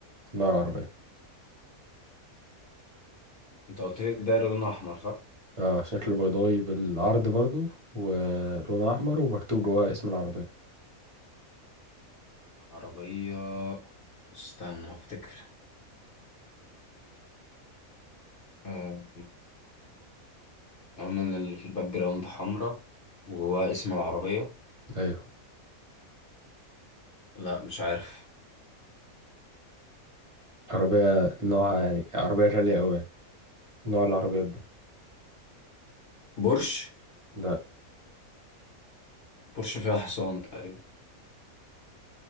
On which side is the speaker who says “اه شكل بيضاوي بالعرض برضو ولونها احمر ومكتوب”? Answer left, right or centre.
Right